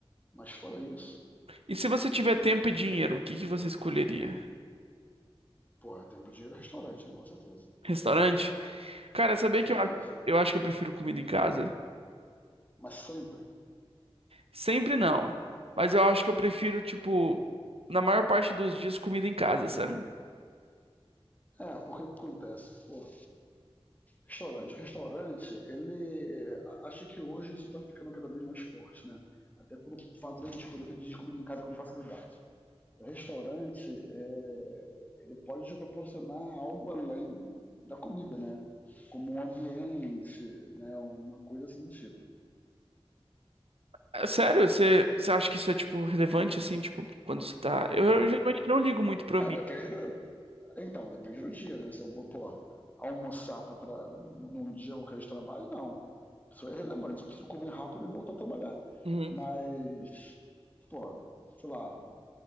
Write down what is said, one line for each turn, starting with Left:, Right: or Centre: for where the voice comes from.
Left: Mas fora isso.
Right: E se você tiver tempo e dinheiro, o que que você escolheria?
Left: Pô, é tempo de ir a restaurante, né? Com certeza.
Right: Restaurante? Cara, sabia
Left: Com
Right: que
Left: certeza.
Right: eu, acho- eu acho que eu prefiro comida em casa?
Left: Mas sempre.
Right: Sempre não. Mas eu acho que eu prefiro, tipo, na maior parte dos dias, comida em casa, sabe?
Left: É, porque o que acontece? Pô, restaurante. O restaurante, ele. é, a- Acho que hoje isso tá ficando cada vez mais forte, né? Até pelo fato da gente poder pedir comida em casa com facilidade. O restaurante, é, ele pode te proporcionar algo além da comida, né? Como um ambiente, né? Uma coisa assim do tipo.
Right: É Sério, você, você acha que isso é, tipo, relevante, assim, tipo, quando você tá. Eu, eu geralmente não ligo muito pro
Left: É,
Right: ambiente.
Left: É, depende do... Então, depende do dia, né? Se eu vou, pô, almoçar pra tra... num dia qualquer de trabalho, não. Isso é irrelevante, só preciso comer rápido e voltar a trabalhar.
Right: Uhum.
Left: Mas, pô, sei lá,